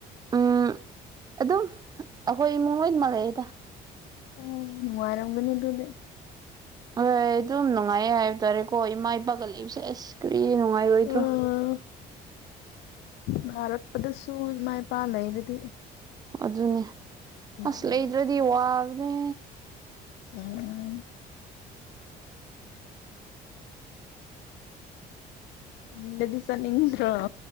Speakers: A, on the right; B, on the left.
A: ꯎꯝ ꯑꯗꯨꯝ ꯑꯈꯣꯏ ꯏꯃꯨꯡ ꯂꯣꯏꯅꯃꯛ ꯂꯩꯌꯦꯗ
B: ꯎꯝ ꯅꯨꯡꯉꯥꯏꯔꯝꯒꯅꯤ ꯑꯗꯨꯗꯤ
A: ꯍꯣꯏ ꯑꯗꯨꯝ ꯅꯨꯡꯉꯥꯏꯌꯦ ꯍꯥꯏꯕ ꯇꯥꯔꯦꯀꯣ ꯏꯃꯥ ꯏꯄꯥꯒ ꯂꯩꯕꯁꯦ ꯑꯁ ꯀꯔꯤ ꯅꯨꯡꯉꯥꯏꯔꯣꯏꯗ꯭ꯔꯣ
B: ꯎꯝ ꯅꯥꯔꯛꯄꯗꯁꯨ ꯏꯃꯥ ꯏꯄꯥ ꯂꯩꯔꯗꯤ
A: ꯑꯗꯨꯅꯦ
B: ꯅꯨꯡꯉꯥꯏꯔꯅꯤ
A: ꯑꯁ ꯂꯩꯗ꯭ꯔꯗꯤ ꯋꯥꯕꯅꯦ
B: ꯎꯝ ꯌꯨꯝꯗꯗꯤ ꯆꯠꯅꯤꯡꯗ꯭ꯔꯣ